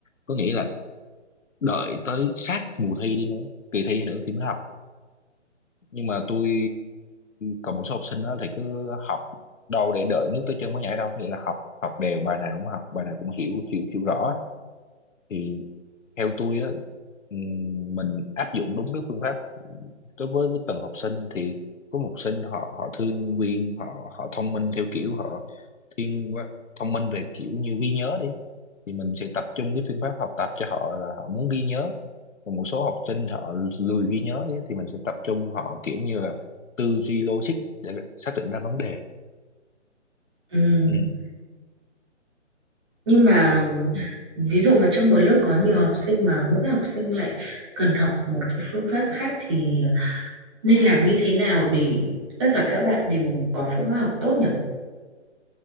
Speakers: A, on the left; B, on the right.
A: có nghĩa là đợi tới sát mùa thi đi nữa kỳ thi đi nữa thì mới học nhưng mà tôi còn một số học sinh đó thì cứ học đâu để đợi nước tới chân mới nhảy đâu nghĩa là học học đều bài nào cũng học bài nào cũng hiểu hiểu hiểu rõ thì theo tôi á ừm, mình áp dụng đúng cái phương pháp đối với với từng học sinh thì có một học sinh họ họ thương viên họ họ thông minh theo kiểu họ thiên quá- thông minh về kiểu như ghi nhớ đi thì mình sẽ tập trung cái phương pháp học tập cho họ là họ muốn ghi nhớ còn một số học sinh họ lười ghi nhớ ấy, thì mình sẽ tập trung họ kiểu như là tư duy logic để xác định ra vấn đề
B: Ừm,
A: ừ.
B: nhưng mà
A: Ừ.
B: ví dụ mà trong một lớp có nhiều học sinh mà mỗi học sinh lại cần học một cái phương pháp khác thì nên làm như thế nào để tất cả các bạn đều có phương pháp học tốt